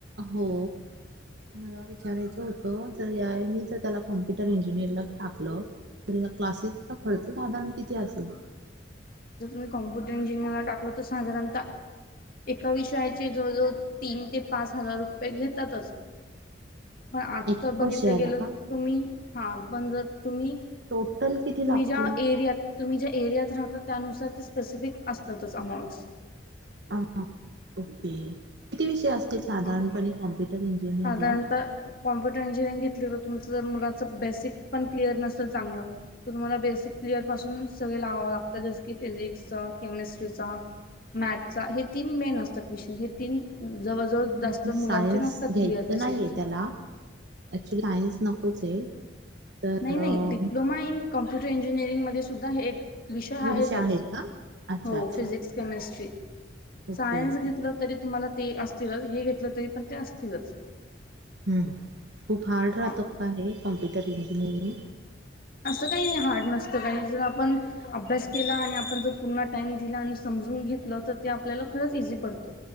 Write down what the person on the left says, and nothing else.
<inaudible>
जर तुम्ही कम्पुटरं इंजिनिअरला टाकलं तर साधारणतः एका विषयाचे जवळ-जवळ तीन ते पाच हजार रुपये घेतातच. पण आजच
बघितलं
गेलं
तर तुम्ही हां पण जर तुम्ही
तुम्ही
ज्या एरियात तुम्ही ज्या एरियात राहताात त्यानुसार ते स्पेसिफिक असतातच अमाउंट्स.
हा
साधारणतः
कॉम्प्युटर इंजिनिअरिंग घेतली तर तुमचं जर मुलाच बेसिक पण क्लिअर नसेल चांगलं तर तुम्हाला बेसिक क्लिअर पासून सगळे लावावं लागतात जस की फिजिक्सचा, केमेस्ट्रीचा मॅथ्सचा हे तीन मेन असतात विषय हे तीन जवळजवळ जास्त
मुलांचे
नसतात
क्लिअर बेसिकच्या
नाही नाही
डिप्लोमा इन कॉम्प्युटर इंजिनिअरिंग मध्ये सुद्धा हे विषय
आहेतच
हो
physics, chemistry,
science
घेतलं तरी तुम्हांला ते असतीलच, हे घेतलं तरी पण ते असतीलच.
हां
असं काही नाही. हार्ड नसतं काही जर, आपण अभ्यास केला आणि आपण जर पूर्ण टाइम दिला आणि समजून घेतलं तर ते आपल्याला खरंच इझी पडत.